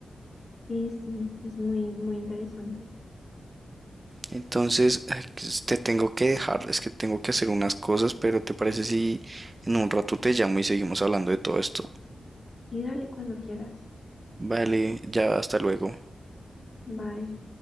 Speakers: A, on the left; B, on the right.
A: Sí, sí, es muy, muy interesante.
B: Entonces, ay, pues, te tengo que dejar, es que tengo que hacer unas cosas, pero ¿te parece si en un rato te llamo y seguimos hablando de todo esto?
A: Y dale cuando quieras.
B: Vale, ya hasta luego.
A: Bye.